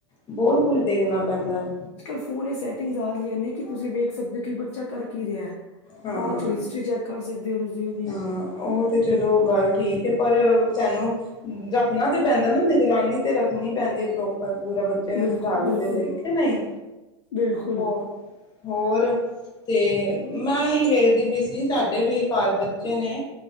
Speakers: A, on the left; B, on the left.
A: ਬਹੁਤ ਕੁਝ ਦੇਖਣਾ ਪੈਂਦਾ ਹੈ।
B: ਫ਼ੋਨ ਚ ਸੈਟਿੰਗ ਆ ਰਹੀਆਂ ਨੇ ਕਿ ਤੁਸੀਂ ਵੇਖ ਸਕਦੇ ਹੋ ਕਿ ਬੱਚਾ ਕਰ ਕੀ ਰਿਹਾ ਹੈ।
A: ਹਾਂ
B: ਬਾਅਦ ਚ ਹਿਸਟਰੀ ਚੈੱਕ ਕਰ ਸਕਦੇ ਹੋ ਤੁਸੀਂ ਉਹਦੀ।
A: ਹਾਂ ਉਹ ਤੇ ਚਲੋ ਗੱਲ ਠੀਕ ਹੈ ਪਰ ਸਾਨੂੰ। ਰੱਖਣਾ ਤੇ ਪੈਂਦਾ ਨਾ ਨਿਗਰਾਨੀ ਤੇ ਰੱਖਣੀ ਪੈਂਦੀ ਹੈ। ਪ੍ਰੋਪਰ ਪੂਰਾ ਬ ਬੱਚੇ ਨੂੰ
B: ਬਿਲਕੁਲ,
A: ਸੁਧਾਰਨ
B: ਬਿਲਕੁਲ,
A: ਦੇ ਲਈ ਕਿ ਨਹੀਂ
B: ਬਿਲਕੁਲ
A: ਹੋਰ। ਹੋਰ ਤੇ ਮੈਂ ਇਹੀ ਵੇਖਦੀ ਪਈ ਸੀ। ਸਾਡੇ ਵੀ ਘਰ ਬੱਚੇ ਨੇ